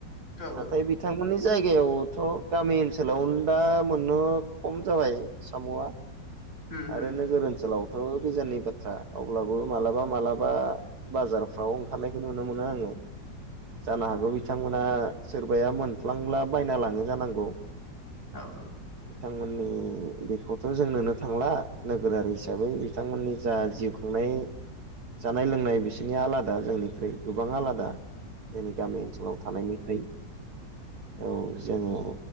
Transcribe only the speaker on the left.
नोंथां
औ उम नंगौ नोंथां औ उम औ उम औ नंगौ नोंथां उम
उम औ
औ।